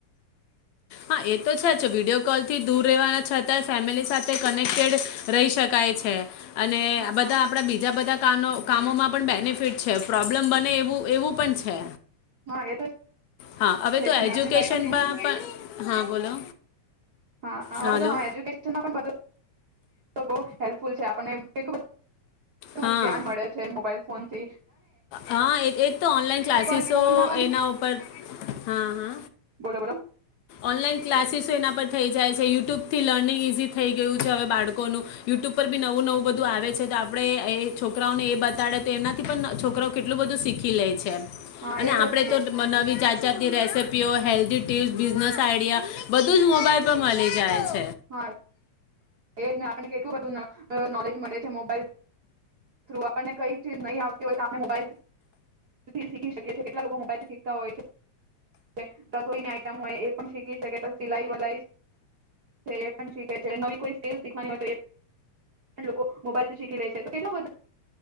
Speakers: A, on the left; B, on the right.
A: હા એ તો છે વિડીયો કોલ થી દૂર રહેવાના છતાં ફેમિલી સાથે કનેક્ટેડ રહી શકાય છે. અને
B: હા
A: આ બધા આપણા બીજા બધા કાનો કામોમાં પણ બેનિફિટ છે પ્રોબ્લેમ બને એવું એવું પણ છે.
B: હા એ
A: હા હવે
B: છે
A: તો
B: જ ને
A: એજ્યુકેશનમાં
B: આપણે કઈ પણ દૂર
A: પણ હા બોલો
B: હા
A: હાલો
B: હવે તો હ એજુકેશન પણ બધું તો બહુ હેલ્પફુલ છે આપણને એટલું
A: હા
B: ધ્યાન મળે છે મોબાઈલ ફોન કે,
A: હા એ તો ઓનલાઈન ક્લાસીસો
B: પર સ્કૂલ ના પણ
A: એના ઉપર હા હ
B: બોલો બોલો
A: ઓનલાન ક્લાસીસ એના પર થઈ જાય છે યુટ્યુબથી લર્નિંગ ઈઝી થઈ ગયું છે હવે બાળકોનું યુટ્યુબ પર બી નવું નવું બધું આવે છે તો આપણે એ છોકરાઓને એ બતાડે તો એમનાથી પણ છોક છકરા કેટલું બધું શીખી લે છે.
B: હા
A: અને
B: એ
A: આપડે
B: છે
A: તો
B: જ
A: નવી જાત જાતની રેસીપીઓ હેલ્ધી ટીપ્સ બિઝનેસ આઈડિયા બધું જ મોબાઈલ પર મળી જાય છે.
B: હા. એજને આપણને કેટલું બધું નોલેજ મળે છે મોબાઈલ થ્રુ આપણને કઈ ચીજ નહી આવતી હોય તો આપણે મોબાઈલથી શીખી શકીએ છીએ કેટલા લોકો મોબાઈલથી શીખતા હોય છે રસોઈની આઈટમ હોય એ પણ શીખી શકે સિલાઈ વલાઈ છે એ પણ શીખે છે નવી કોઈ ીખવા લોકો મોબાઈલથી શીખી લે છે તો કેટ બધ